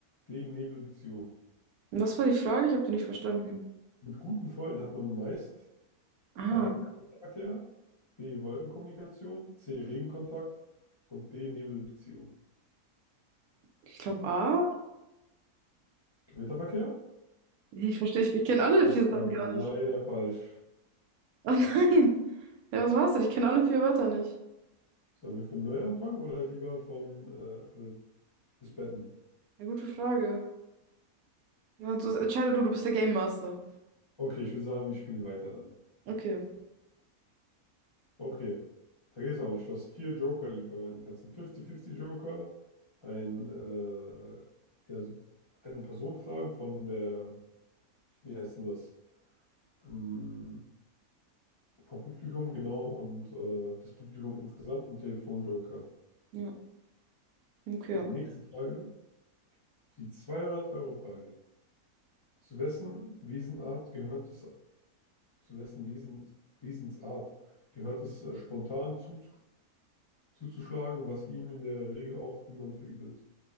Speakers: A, on the left (about 50°); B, on the right (about 75°).
A: D, Nebelbeziehung.
B: Und Was war die Frage? Ich habe die nicht verstanden.
A: Mit guten Freunden hat man meist
B: Ah,
A: A. Verkehr, B. Wolkenkommunikation, C. Regenkontakt und D. Nebelbeziehung.
B: ich glaube A.
A: Gewitterverkehr?
B: Nee, Ich verstehe, ich, ich kenne alle
A: Das
B: vier
A: war
B: Sachen gar
A: leider
B: nicht. <laughs>
A: falsch.
B: Oh nein. Ja, was war's denn? Ich kenne alle vier Wörter nicht.
A: Sollen wir von neu anfangen oder lieber von äh, oder disbanden?
B: Ja, gute Frage. Na, du, entscheide du, du bist der Game Master.
A: Okay, ich würde sagen, wir spielen weiter dann.
B: Okay.
A: Okay, vergiss auch nicht, du hast vier Joker, die du verwenden kannst. Ein 50-50-Joker, ein, äh, ja, so, eine Person fragen von der, wie heißt denn das? Ähm, Vom Publikum, genau, und äh, das Publikum insgesamt ein Telefonjoker.
B: Ja. Okay.
A: So, die nächste Frage, die 200-Euro-Frage. Zu wessen Wesenart gehört es, zu wessen Wesens, Wesensart gehört es, äh, spontan zu, zuzuschlagen, was ihm in der Regel auch niemand verübelt?